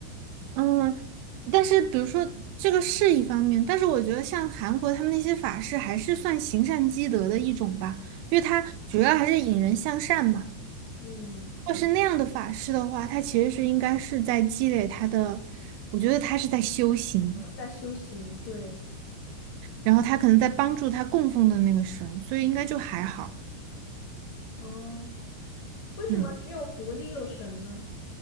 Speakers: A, on the right; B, on the left.
A: 嗯，但是比如说这个是一方面，但是我觉得像韩国他们那些法师还是算行善积德的一种吧，因为它主要还是引人向善嘛。
B: 嗯。
A: 要是那样的法师的话，他其实是应该是在积累他的，我觉得他是在修行，
B: 在修行，对，
A: 然后他可能在帮助他供奉的那个神，所以应该就还好。
B: 哦，为什么只有狐狸有神呢？
A: 嗯。